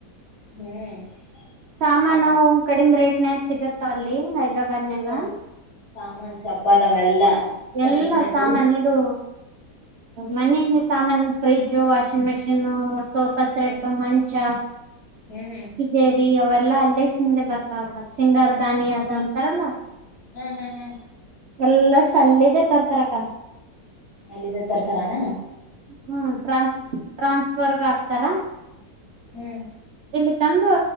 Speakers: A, on the left; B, on the right.
A: ಹ್ಮ್
B: ಸಾಮಾನು
A: ಆ
B: ಕಡಿಮ ರೇಟ್ ಸ್ನಕ್ ಸಿಗುತ್ತ ಅಲ್ಲಿ ಹೈದ್ರಾಬಾದ ಬಜಂಗ
A: ಹ್ಮ್ ಸಾಮಾನ್ ಚಪ್ಪಲು ಅವೆಲ್ಲಾ
B: ಎಲ್ಲ
A: ಕಡಿಮ್ ರೇಟ್ದಾಗ
B: ಸಾಮನ್ ಇದು ಮನೆ ಸಾಮಾನನ್ ಫ್ರಿಜು ವಾಷಿಂಗ್ ಮಷೀನ್ ಸೋಫಾ ಸೆಟ್
A: ಹ್ಮ್
B: ಮಂಚ
A: ಹ್ಮ್ ಹ್ಮ್
B: ತಿಜೇರ್ ಫ್ರೀ ಅವೆಲ್ಲಾ ಅಲ್ಲೇ ಶಿಂಗೆ ಬರ್ತಾವ ಹತ ಸಿಂಗಾರ ದಾನಿ ಅದು ಅಂತಾರಲ್ಲ
A: ಹ್ಮ್ ಹ್ಮ್ ಹ್ಮ್
B: ಎಲ್ಲಾ ಚಲ್ಲಿದೇ ತರ್ತಾರಕ್ಕ
A: ಅಲ್ಲಿದ್ದ ತರ್ತರಾನ
B: ಹ್ಮ್ ಟ್ರಾನ್ಸ್ ಟ್ರಾನ್ಸ್ಫರ್ಗೆ ಹಕ್ತಾರ
A: ಹ್ಮ್
B: ಇಲ್ಲಿ ತಂದು